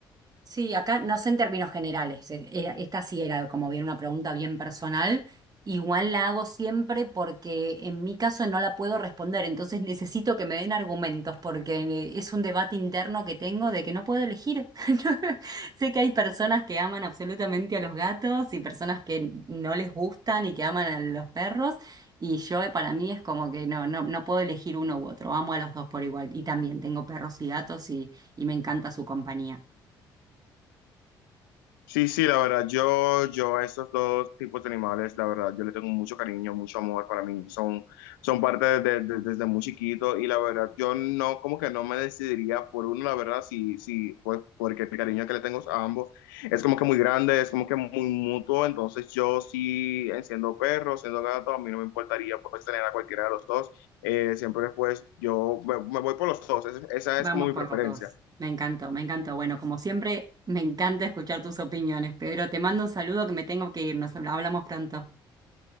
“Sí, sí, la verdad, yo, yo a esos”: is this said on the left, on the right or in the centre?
Left